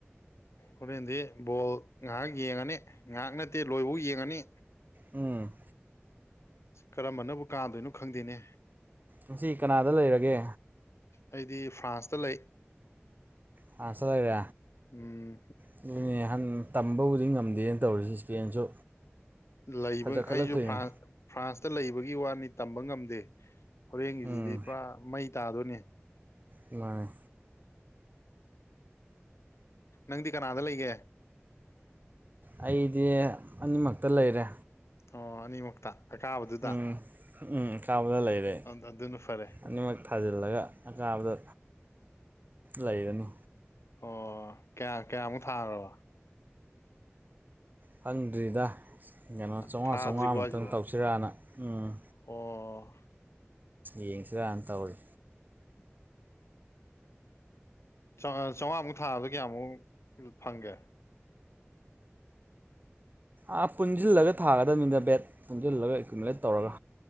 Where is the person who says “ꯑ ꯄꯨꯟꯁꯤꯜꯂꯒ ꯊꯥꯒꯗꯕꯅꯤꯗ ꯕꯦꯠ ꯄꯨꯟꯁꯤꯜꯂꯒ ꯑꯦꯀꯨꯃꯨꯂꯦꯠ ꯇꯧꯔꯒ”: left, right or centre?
Right